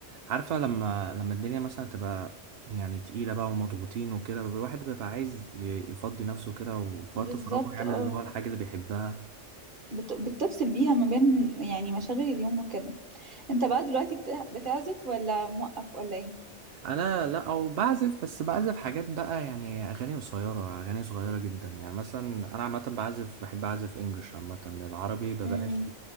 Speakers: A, on the right (about 65°); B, on the right (about 45°).
A: عارفه لما لما الدنيا مثلا تبقى يعني تقيلة بقى ومضغوطين وكده بيبقى الواحد بيبقى عايز ي- يفضي نفسه كده وفي
B: بالظبط
A: وقت فراغه يعمل
B: اه
A: اللي هو الحاجة اللي بيحبها
B: بت... بتفصل بيها ما بين يعني مشاغل اليوم وكده انت بقى دلوقتي بت... بتعزف ولا موقف ولا ايه
A: انا لا او بعزف بس بعزف حاجات بقى يعني اغاني قصيره اغاني صغيره جدا يعني مثلا انا عامه بعزف بحب اعزف انجلش عامه العربي ببقاش
B: امم